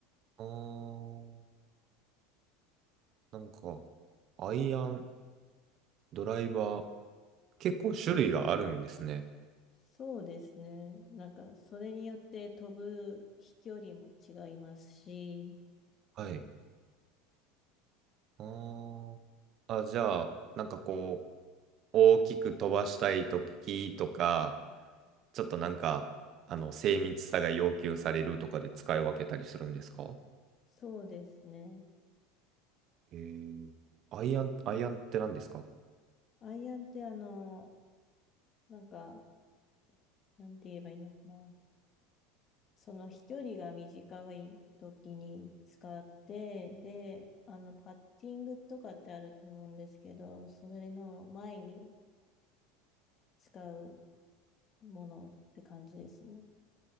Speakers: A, on the right; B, on the left.
A: あー、なんか、アイアン、ドライバー、結構種類があるんですね。
B: そうですね。なんか、それによって飛ぶ飛距離も違いますし、
A: はい。あー、あ、じゃあ、なんかこう、大きく飛ばしたいときとか、ちょっとなんか、あの、精密さが要求されるとかで使い分けたりするんですか
B: そうですね。
A: えー、アイアン、アイアンって何ですか
B: アイアンってあの、なんか、なんて言えばいいのかな。その飛距離が短い時に使って、で、あの、パッティングとかってあると思うんですけど、それの前に使うものって感じですね。